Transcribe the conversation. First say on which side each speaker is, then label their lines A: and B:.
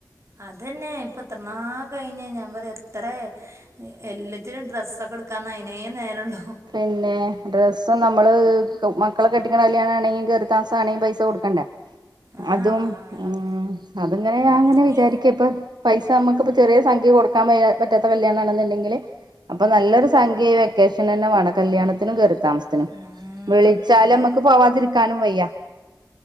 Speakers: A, on the right (about 40°); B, on the right (about 85°).
A: അതന്നെ ഇപ്പം എത്രണ്ണാ കഴിഞ്ഞെ ഞാൻ പറയാ എത്ര എല്ലത്തിനും ഡ്രസ്സൊക്കെ ഇട്ക്കാൻ നിന്നാ അയ്നേ നേരേണ്ടാ
B: പിന്നെ ഡ്രസ്സും നമ്മള് മക്കളെ കെ <unintelligible> കല്യാണാണെങ്കി കേറീതാമസാണെലും പൈസ കൊടുക്കണ്ടേ
A: ആഹ്
B: അതും
A: വേണം വേണം
B: മ് അത്ങ്ങനെ ഞാൻ അങ്ങനെ
A: ഇനി
B: വിചാരിക്കും ഇപ്പൊ പൈസ നമുക്കിപ്പോ ചെറിയ സംഖ്യ കൊടുക്കാൻ വയ്യാ പറ്റാത്ത കല്യാണണെന്നുണ്ടെങ്കിൽ അപ്പൊ നല്ലൊരു സംഖ്യയി വെക്കേഷന് <unintelligible> കല്യാണത്തിനും കേറി താമസത്തിനും
A: ഉം
B: വിളിച്ചാല്
A: അതെ
B: അമ്മക്ക് പോവാതിരിക്കാനും വയ്യ